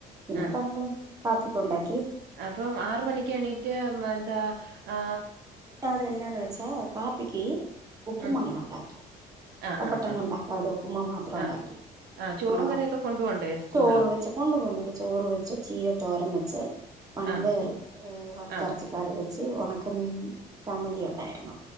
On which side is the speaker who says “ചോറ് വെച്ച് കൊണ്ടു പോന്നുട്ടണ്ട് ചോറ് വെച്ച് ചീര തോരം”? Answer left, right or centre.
Right